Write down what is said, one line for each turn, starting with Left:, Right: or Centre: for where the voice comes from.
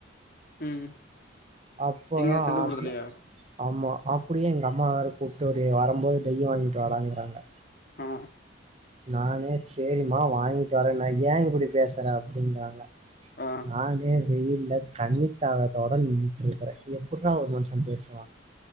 Left: ம்
Right: அப்புறம்
Left: எங்க செல்வபுரத்துலயா
Right: ஆமா அப்டியே எங்க அம்மாவேற கூப்ட்டு ஒரு வரும்போது டை வாங்கீட்டு வாடாங் நாங்க
Left: ஆ
Right: நானே சேரிம்மா வாங்கி தரேன்னே ஏன் இப்டி பேச அது அப்டின்றாங்க
Left: ஆ
Right: நானே வெயில்ல தண்ணித்தாகதோட நின் இருக்கிறே எப்டிர்ரா ஒரு மனுஷன் பேசுவா